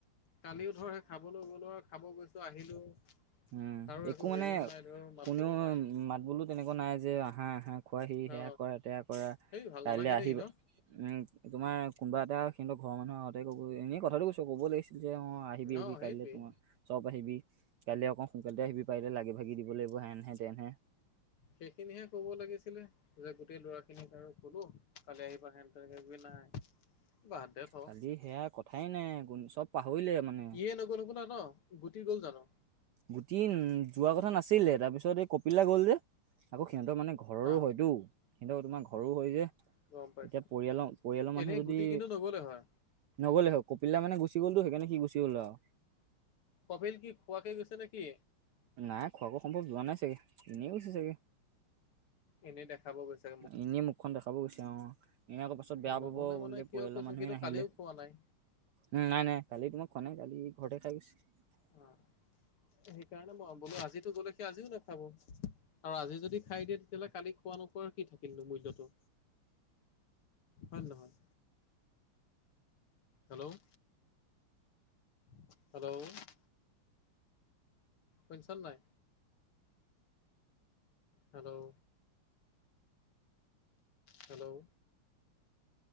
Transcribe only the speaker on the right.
উম
একো মানে
কোনেও
মাত বোলো তেনেকুৱা নাই যে আঁহা আঁহা। খোৱাহি সেয়া
কৰা তেয়া কৰা
কাইলে
আহিবা।
উম তোমাৰ কোনবা এটা সিহনত ঘৰ মানুহ আগতে কবৈ এনেই কথাটো কৈছো ক'ব লাগিছিল। যে অঁ আহিবি আহিবি
কাইলে তোমা চব আহিবি কালি অকৌ সোনকালটে আহিবি পাৰিলে লাগি- ভাগি দিব লাগিব হেনহে-তেনহে।
কালি সেয়া কথাই নাই কোন চব পাহৰিলে মানে।
গুটি উন যোৱা কথা নাছিলে তাপিছত এই কপিলে গ'ল যে আকৌ সিহঁতৰ মানে ঘ ঘৰৰো
হয়তো সিন্তৰ তোমাৰ ঘৰো হয় যে।
এতিয়া পৰিয়ালৰ পৰিয়াল মানুহ
যদি
নগ'লে হয়। কপিলা মানে গুচি গলটো সেইকাণে সি গুচি গল আও।
নাই খোৱাকো সম্ভৱ যোৱা নাই চাগে, এনেই গৈছে চাগে।
এনেই মুখখন দেখাব গৈছে অ এয়াক পাছত বেয়া
পাব বুলিলে
পৰিয়াল
মানুহে
নাহিলে।
উম নাই নাই কালি তোমাক খোৱা নাই কালি ঘৰতে খায় গৈছে। <inaudible>
<inaudible>